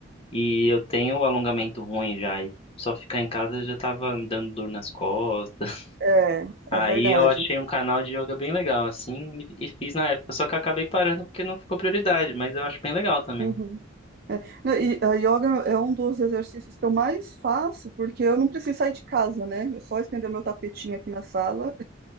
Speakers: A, on the left; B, on the right.
A: e eu tenho alongamento ruim já, e só ficar em casa já tava me dando dor nas costas. <laughs>
B: É,
A: Aí
B: é verdade.
A: eu achei um canal de yoga bem legal, assim, e, e fiz na época, só que eu acabei parando porque não ficou prioridade, mas eu acho bem legal também.
B: Uhum. É, não, E a yoga é um dos exercícios que eu mais faço, porque eu não preciso sair de casa, né? Eu só estender meu tapetinho aqui na sala